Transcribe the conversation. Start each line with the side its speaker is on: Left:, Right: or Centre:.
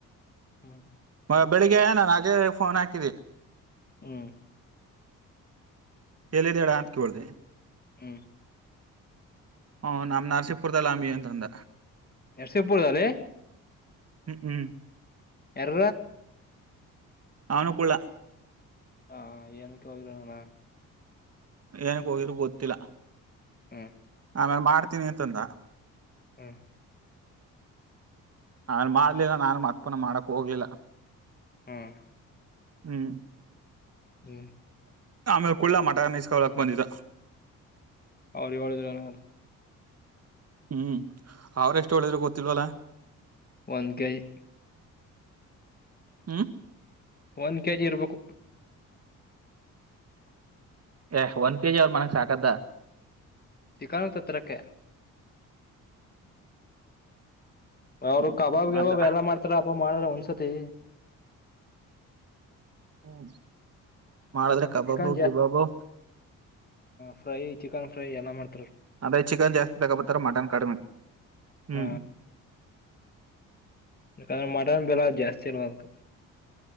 Left: ಹ್ಮ್
Right: ಮ ಬೆಳಿಗ್ಗೆ ನಾನು ಅಜೇ ಫೋನ್ ಹಾಕಿದ್ದ
Left: ಹ್ಮ್
Right: ಎಲ್ಲಿದೆಡ ಅತ್ಕಬಳ್ದಿ
Left: ಹ್ಮ್
Right: ಹ ನಮ್ಮ ನರಸೀಪುರ್ದಲ್ಲಂಬಿ ಅಂತಂದ
Left: ನರಸಿಂಗಪುರ ಜಲ್ಲ
Right: ಹ್ಮ್ ಹ್ಮ್
Left: ಎರ
Right: ಅಾನಕೂಲ
Left: ಹಾ ಏನಕ್ಕೆ ಹೋಗಿಲ್ಲ ನಾನ
Right: ಏನಕ್ಕೆ ಹೋಗಿದ್ರರು ಗೊತ್ತಿಲ್ಲ
Left: ಹ್ಮ್
Right: ಆಮೇಲೆ ಮಾಡ್ತೀನಿ ಅಂತಂದ
Left: ಹ್ಮ್
Right: ನಾನು ಮಾಡ್ಲಿಲ್ಲ ನಾನು ಮತ್ಪನ ಮಾಡಕ್ ಹೋಗ್ಲಿಲ್ಲ
Left: ಹ್ಮ್
Right: ಹ್ಮ್
Left: ಹ್ಮ್
Right: ಆಮೇಲೆ ಕುಳ್ಳ ಮಟನ್ ಇಸ್ಕಲಕ್ ಬಂದಿದ್ದ
Left: ಅವ್ರ ಇಳ ಇದ್ರನದ
Right: ಹ್ಮ್ ಅವರು ಎಷ್ಟು ಹೇಳಿದ್ರೂ ಗೊತ್ತಿಲ್ವಲ್ಲ
Left: ಒಂದ್ ಕೆಜಿ
Right: ಹ್ಮ
Left: ಒಂದ್ ಕೆ ಜಿ ಇರಬೇಕು
Right: ಎಸ್ಟ್ ಒನ್ ಕೆಜಿ ಅವರು ಮನೆಗೆ ಸಾಕದಾ
Left: ಚಿಕಾನ್ ತತ್ರಕ್ಕೆ ಅವರು
Right: ಹ್ಮ್
Left: ಕಬಾಬ್ ಗಿಬಾಬ್
Right: ಹಂಗ
Left: ಎಲ್ಲಾ ಮಾಡ್ತಾರೆ ಅಬ್ಬ ಮಾಡಾರ ಒಂಸತಿ
Right: ಹ್ಮ್ ಮಾಡದ್ರೆ ಕಬಾಬು
Left: ಚಿಕನ್ ಜಾ
Right: ಗಿಬಾಬು
Left: ಫ್ರೈ ಚಿಕನ್ ಫ್ರೈ ಎಲ್ಲಾ ಮಾಡ್
Right: ಅದೇ ಚಿಕನ್ ಜಾಸ್ತಿ ತಗೋ ಬತ್ತಾರ ಮಟನ್ ಕಡಿಮೆ ಹ್ಮ್
Left: ಹ ಯಾಕಂದ್ರೆ ಮಟನ್ ಬೆಲೆ ಜಾಸ್ತಿ ಅಲ್ವ ಅದಕ್ಕ